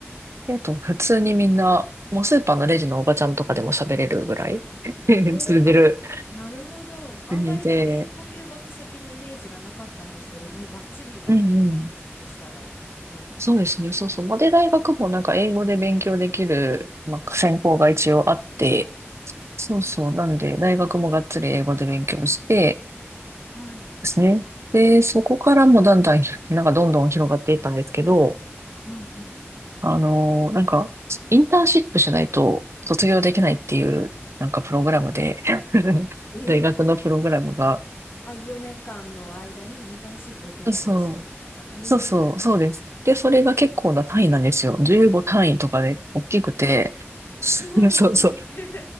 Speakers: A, on the right (about 75°); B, on the left (about 50°).
A: えっと、普通にみんな、もうスーパーのレジのおばちゃんとかでも喋れるぐらい <laughs>
B: えー、
A: 通じる
B: あ、なるほど。あんまりなんか英語留学先のイメージがなかったんですけど、
A: 国で、
B: もうバッチリな国なんですね。
A: うんうん。
B: そしたら、すごい。
A: そうですね、そうそう。まあで、大学もなんか英語で勉強できる、まあ、専攻が一応あって、
B: うん。
A: そうそう。なんで、大学もがっつり英語で勉強して
B: はい。
A: ですね。で、そこからもだんだん、なんかどんどん広がっていったんですけど、
B: うんうん。
A: あのーなんか、インターンシップしないと卒業できないっていう、なんかプログラムで、<laughs>
B: えー、
A: 大学のプログラムが、
B: あ、あ、4年間の間にインターンシップをどこかでしろみたいな。
A: そう、
B: えー、
A: そうそう、
B: なるほど。
A: そうです。で、それが結構な単位なんですよ。15単位とかで大きくて、<laughs> そうそう。
B: すごい大きい。<laughs>